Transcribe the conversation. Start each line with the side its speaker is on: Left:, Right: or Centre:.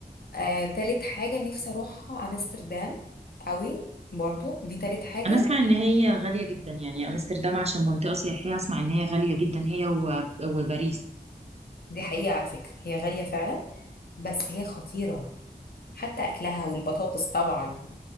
Left: آه، تالت حاجة نفسي أروحها أمستردام قوي برضو دي تالت حاجة
Right: انا اسمع ان هي غالية جدا يعني امستردام عشان منطقة سياحية اسمع ان هي غالية جدا هي و... وباريس
Left: دي حقيقة على فكرة هي غالية فعلا بس هي خطيرة حتى أكلها والبطاطس طبعا